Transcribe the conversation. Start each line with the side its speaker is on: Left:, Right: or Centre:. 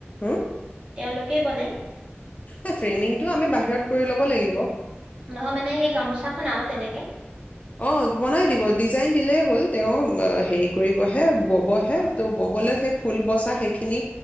Left: হুম
Right: তেওঁলোকেই বনাই
Left: উফ ফ্ৰেমিংটোটো আমি বাহিৰত কৰি ল'ব লাগিব
Right: নহয় মানে সেই গামোচাখন আৰু তেনেকে
Left: অ বনাই দিব ডিজাইন দিলেই হ'ল তেওঁ হেৰি কৰিব হে হে ব'ব হে
Right: অ',
Left: তেও ব'বলৈ সেই ফুল বচা সেইখিনি